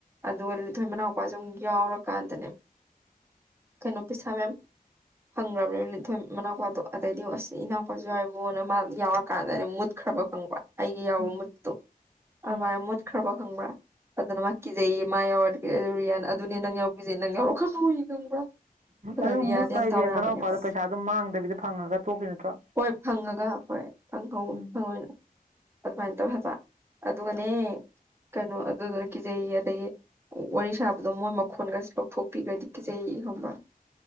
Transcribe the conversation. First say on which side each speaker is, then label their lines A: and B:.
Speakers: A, on the right (about 15°); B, on the right (about 55°).
A: ꯑꯗꯨꯒ ꯂꯤꯟꯊꯣꯏ ꯃꯅꯥꯎ ꯄꯥꯖꯨ ꯑꯃꯨꯛ ꯌꯥꯎꯔꯀꯥꯟꯗꯅꯦ
B: <inaudible>
A: ꯀꯩꯅꯣ ꯄꯩꯁꯥ ꯃꯌꯥꯝ ꯍꯪꯒ꯭ꯔꯕꯅꯦ ꯂꯤꯟꯊꯣꯏ ꯃꯅꯥꯎꯄꯥꯗꯣ ꯑꯗꯩꯗꯤ ꯑꯁ ꯏꯅꯥꯎꯄꯥꯖꯨ ꯌꯥꯎꯔꯤꯕꯨꯅ ꯃꯥ ꯌꯥꯎꯔꯀꯥꯟꯗꯅꯦ ꯃꯨꯠ ꯊꯕꯛ ꯈꯪꯕ꯭ꯔꯥ ꯑꯩꯒꯤ ꯌꯥꯎꯕ
B: ꯎꯝ
A: ꯃꯨꯠꯇꯣ ꯑꯗꯨꯃꯥꯏꯅ
B: ꯎꯝ
A: ꯃꯨꯠꯈ꯭ꯔꯕ ꯈꯪꯕ꯭ꯔꯥ ꯑꯗꯨꯅ ꯃꯥ ꯀꯤꯖꯩꯌꯦ ꯃꯥ ꯌꯥꯎꯔꯗꯤ ꯔꯤꯌꯥꯟ ꯑꯗꯨꯅꯦ ꯅꯪ ꯌꯥꯎꯕ ꯀꯤꯖꯩ ꯅꯪ ꯌꯥꯎꯔꯛꯀꯅꯣꯏ ꯈꯪꯕ꯭ꯔꯥ ꯑꯗ
B: ꯑꯗꯨꯝ
A: ꯔꯤꯌꯥꯗꯤ
B: ꯃꯨꯠꯄ
A: ꯌꯥꯝ
B: ꯍꯥꯏꯖꯦ
A: ꯗꯥꯎ ꯌꯥꯕꯅꯦꯕ
B: ꯃꯅꯥꯎꯄꯥꯗꯣ ꯄꯩꯁꯥ ꯑꯗꯨꯝ ꯃꯥꯡꯗꯕꯤꯗ ꯐꯪꯉꯒ ꯇꯣꯛꯈꯤ ꯅꯠꯇ꯭ꯔꯣ
A: ꯍꯣꯏ ꯐꯪꯉꯒ ꯍꯣꯏ ꯐꯪꯍꯧ
B: ꯎꯝ
A: ꯐꯪꯍꯧꯋꯤꯅ ꯑꯗꯨꯃꯥꯏꯅ ꯇꯧ ꯍꯥꯏꯕ ꯑꯗꯨꯒꯅꯦ ꯀꯩꯅꯣ ꯑꯗꯨ ꯀꯤꯖꯩꯌꯦ ꯑꯗꯒꯤ ꯋꯥꯔꯤ ꯁꯥꯕꯗꯣ ꯃꯣꯏ ꯃꯈꯣꯟꯒꯖꯦ ꯂꯧꯊꯣꯛꯄꯤꯒ꯭ꯔꯥꯗꯤ ꯀꯤꯖꯩ ꯈꯪꯕ꯭ꯔꯥ